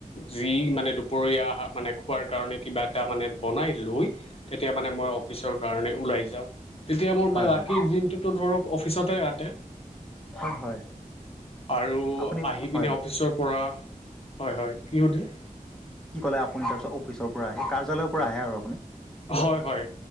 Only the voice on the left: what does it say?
যি মানে দুপৰীয়াা মানে খোৱাৰ কাৰণে কিবা এটা মানে বনাই লৈ তেতিয়া মানে মই অফিচৰ কাৰণে ওলাই যাওঁ তেতিয়া মোৰ
বাকী দিনটোতো ধৰক অফিচতে ৰাতে
আৰু
আহি পিনে
অফিচৰ পৰা হয় হয়। কি সুধিলে
হয় হয়